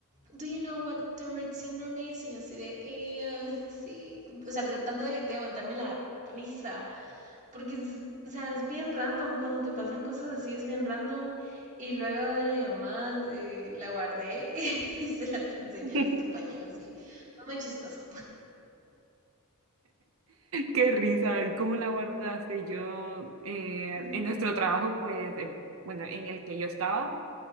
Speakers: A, on the right; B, on the right.
A: do you know what Tourette syndrome is? Y yo así de, eh, uh, sí, o sea, tratando de, de aguantarme la risa, porque, o sea, es bien random, cuando te pasan cosas así es bien random, y luego de la llamada eh, la guardé <laughs> y se las enseñé
B: <laughs>
A: a mis compañeros y fue muy chistoso.
B: Qué risa, ¿y cómo la guardaste? Yo, eh,
A: <laughs>
B: en nuestro trabajo, pues, eh, bueno, en el que yo estaba,